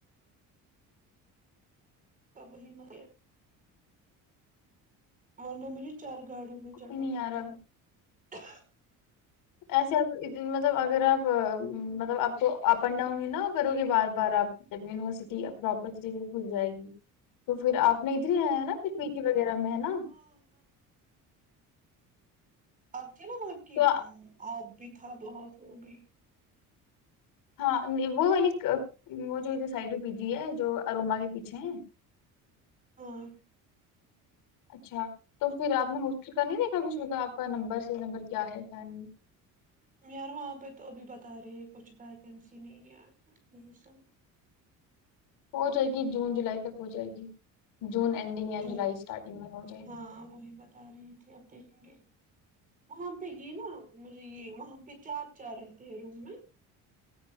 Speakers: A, on the right; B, on the left.
A: ت وہی متب اورن مٹ چار گاڑیوں میں
B: کوئی
A: چلنا
B: نہیں
A: پڑتا
B: یار اب
A: ہے <inaudible>
B: ایسے ا مطلب اگر آپ مطلب آپ کو اپ اینڈ ڈاؤن ہی نہ کرو گے بار بار آپ جب یونیورسٹی پراپر طریقے سے کھل جائے گی تو پھر آپ نہیں تو نہیں آیا ہے نا پھر پیٹی وغیرہ میں ہے نا
A: ہاں اب ج ن آپ کی
B: تو آ-
A: آ تھا بہت وہ بھی
B: ہاں وہ وال وہ جو ادھر سائڈ پی جی ہے جو اروما کے پیچھے ہیں
A: ہاں
B: اچھا تو پھر آپ نے ہوسٹل کر نہیں دیکھا کچھ مطلب آپ کا نمبر سے نمبر کیا ہے کیا نہیں
A: یار وہاں پہ تو ابھی بتا رہی ہے کچھ ویکنسی نہیں یار یہی سب
B: ہو جائے گی جون جولائی تک ہو جائے گی جون اینڈنگ یا
A: جو
B: جولائی اسٹارٹنگ میں ہو جائے
A: ہاں
B: گی
A: وہی بتا رہی تھی اب دیکھیں گے وہاں پہ یہ نا مجھے یہ وہاں پہ چار چار رہتے ہیں روم میں